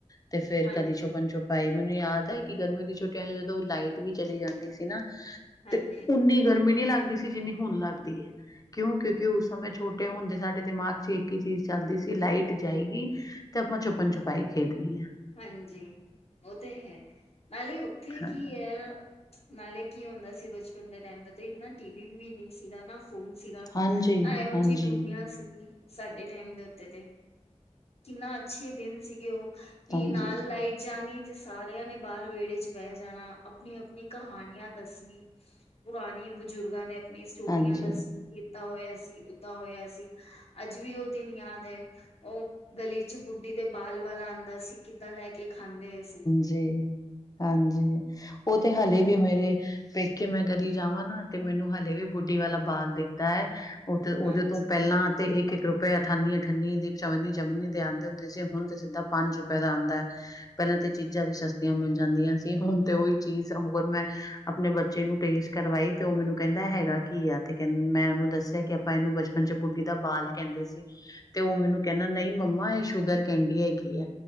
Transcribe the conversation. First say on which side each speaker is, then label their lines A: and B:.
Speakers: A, on the left; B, on the left.
A: ਤੇ ਫੇਰ
B: ਹਾਂਜੀ
A: ਕਦੀ ਛੁਪਨ ਛੁਪ ਭਾਈ ਮੈਨੂੰ ਯਾਦ ਹੈ ਗਰਮੀਆਂ ਦੀ ਛੁੱਟੀਆਂ ਜਦੋਂ ਲਾਈਟ ਵੀ ਚਲੀ ਜਾਂਦੀ ਸੀ ਨਾ
B: ਹਾਂਜੀ
A: ਤੇ ਉਨੀ ਗਰਮੀ ਨਹੀਂ ਲੱਗਦੀ ਸੀ ਜਿੰਨੀ ਹੁਣ ਲੱਗਦੀ ਹੈ ਕਿਉਂ ਕਿਉਂਕਿ ਉਸ ਸਮੇਂ ਛੋਟੇ ਹੁੰਦੇ ਸਾਡੇ ਦਿਮਾਗ 'ਚ ਇੱਕ ਹੀ ਚੀਜ਼ ਚੱਲਦੀ ਸੀ ਲਾਈਟ ਜਾਏਗੀ ਤੇ ਆਪਾਂ ਛੁਪਣ ਛੁਪਾਈ ਖੇਡਣੀ ਆ
B: ਹਾਂਜੀ ਉਹ ਤੇ ਹੈ ਨਾਲੇ ਉੱਥੇ
A: ਹਾਂ
B: ਕੀ ਐ ਨਾਲੇ ਕੀ ਹੁੰਦਾ ਸੀ ਬਚਪਨ ਦੇ ਟੈਮ ਦਾ ਤੇ ਇੰਨਾ ਟੀ ਵੀ ਵੀ ਨ ਸੀਗਾ ਨਾ ਫੋਨ ਸੀਗਾ
A: ਹਾਂਜੀ,
B: ਨਾ ਐਹੋ
A: ਹਾਂਜੀ,
B: ਜਿਹੀ ਦੁਨੀਆਂ ਸੀਗੀ ਸਾਡੇ ਟੈਮ ਦੇ ਉੱਤੇ ਤੇ ਕਿੰਨਾ ਅੱਛੇ ਦਿਨ ਸੀਗੇ ਉਹ ਕੀ
A: ਹਾਂਜੀ,
B: ਨਾਲ ਲਾਈਟ ਜਾਣੀ ਤੇ ਸਾਰਿਆਂ ਨੇ ਬਾਹਰ ਵਿਹੜੇ 'ਚ ਬਹਿ ਜਾਣਾ, ਆਪਨੀ ਆਪਨੀ ਕਹਾਣੀਆਂ ਦੱਸਣੀ ਪੁਰਾਣੀ ਬਜ਼ੁਰਗਾਂ ਨੇ ਆਪਣੀ ਸਟੋਰੀਆਂ
A: ਹਾਂਜੀ,
B: ਦੱਸੀਆਂ ਕਿ ਐਦਾਂ ਹੋਇਆ ਸੀ ਓਦਾਂ ਹੋਇਆ ਸੀ ਅੱਜ ਵੀ ਉਹ ਦਿਨ ਯਾਦ ਹੈ, ਉਹ ਗਲੀ 'ਚ ਬੁੱਢੀ ਦੇ ਬਾਲ ਵਾਲਾ ਆਂਦਾ ਸੀ ਕਿੱਦਾਂ ਲੈ ਕੇ ਖਾਂਦੇ ਸੀ
A: ਜੀ ਹਾਂਜੀ ਉਹ ਤੇ ਹਲੇ ਵੀ ਮੇਰੇ ਪੇਕੇ ਮੈਂ ਕਦੀ ਜਾਵਾਂ ਨਾ ਤੇ ਮੈਨੂੰ ਹਲੇ ਵੀ ਬੁੱਢੀ ਵਾਲਾ ਬਾਲ ਦਿਖਦਾ ਹੈ ਉਹ ਤੇ ਉਹਦੇ
B: ਹਾਂਜੀ
A: ਤੋਂ ਪਹਿਲਾਂ ਤੇ ਇੱਕ ਗਰੁੱਪ ਰੁਪਏ ਅਠਾਨੀ ਅਠਾਨੀ ਦੀ ਚਵੰਨੀ ਚੌਵਨੀ ਦੇ ਆਂਦੇ ਹੁੰਦੇ ਸੀ ਹੁਣ ਤੇ ਸਿੱਧਾ ਪੰਜ ਰੁਪਏ ਦਾ ਆਂਦਾ ਹੈ ਪਹਿਲੇ ਤਾਂ ਚੀਜ਼ਾਂ ਵੀ ਸਸਤੀਆਂ ਮਿਲ ਜਾਂਦੀਆਂ ਸੀ, ਹੁਣ ਤੇ ਉਹੀ ਚੀਜ਼ ਹੋਰ ਮੈਂ ਆਪਣੇ ਬੱਚੇ ਨੂੰ ਟੇਸਟ ਕਰਵਾਈ ਤੇ ਉਹ ਮੈਨੂੰ ਕਹਿੰਦਾ ਹੈਗਾ ਕੀ ਹੈ ਤੇ ਕਹ ਮੈਂ ਉਹਨੂੰ ਦੱਸਿਆ ਕਿ ਆਪਾਂ ਇਹਨੂੰ ਬਚਪਨ 'ਚ ਬੁੱਢੀ ਦਾ ਬਾਲ ਕਹਿੰਦੇ ਸੀ ਤੇ ਉਹ ਮੈਨੂੰ ਕਹਿੰਦਾ ਨਹੀਂ ਮੰਮਾ ਇਹ ਸ਼ੂਗਰ ਕੈਂਡੀ ਹੈਗੀ ਏ